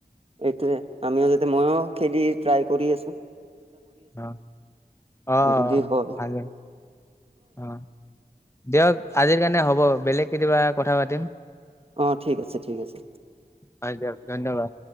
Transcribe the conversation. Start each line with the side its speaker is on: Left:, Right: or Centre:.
Right: এইটোৱে আমিও যাতে ময়ো খেলি ট্ৰাই কৰি আছোঁ।
Left: অ', অ অ
Right: যদি
Left: অ,
Right: হয়
Left: ভালে। অ, দিয়ক আজিৰ কাৰণে হ'ব। বেলেগ কেতিয়াবা কথা পাতিম।
Right: অ ঠিক আছে ঠিক আছে
Left: হয় দিয়ক ধন্যবাদ।